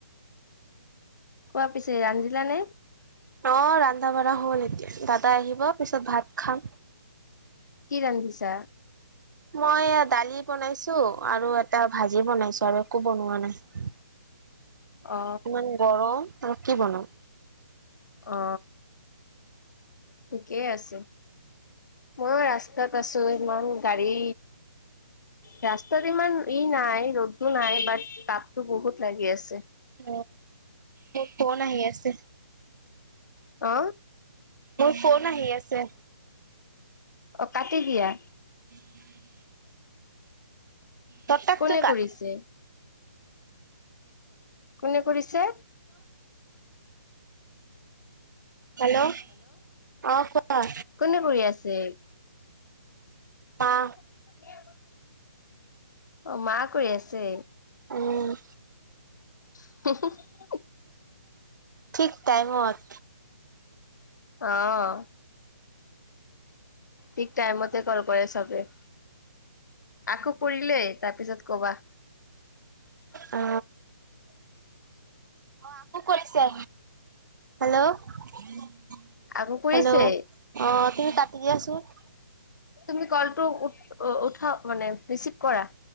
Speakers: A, on the left; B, on the right.
A: কোৱা পিছে ৰান্ধিলা নে?
B: অ ৰন্ধা বঢ়া হল এতিয়া দাদা আহিব পিছত ভাত খাম।
A: কি ৰান্ধিছা?
B: মই দালি বনাইছো আৰু এটা ভাজি বনাইছো আৰু একো বনোৱা নাই।
A: অ
B: ইমান গৰম আৰু কি বনাওঁ।
A: অ ঠিকেই আছে। মইউ ৰাস্তাত আছো ইমান গাড়ী। ৰাস্তাত ইমান ই নাই ৰ'দটো বাট তাপটো বহুত লাগি আছে।
B: উ মো ফোন আহি আছে।
A: অ
B: মোৰ ফোন আহি আছে।
A: অ কাটি দিয়া।
B: <inaudible> তটাকটো
A: কোনে
B: কাট
A: কৰিছে? কোনে কৰিছে?
B: হেল্ল' অ কোৱা?
A: কোনে কৰি আছে?
B: পা
A: <inaudible> অ মা কই আছে?
B: উম
A: <inaudible>
B: ঠিক টাইমত।
A: অহ ঠিক টাইমতে কল কৰে চবে। আকৌ কৰিলেই তাৰপিছত কবা। <inaudible>
B: অ আকো কৰিছে হেল্ল' হেল্ল'
A: আকৌ কৰিছে।
B: অ তুমি কাতি দিয়া ছোন।
A: তুমি কলটো উঠা মানে ৰিচিভ কৰা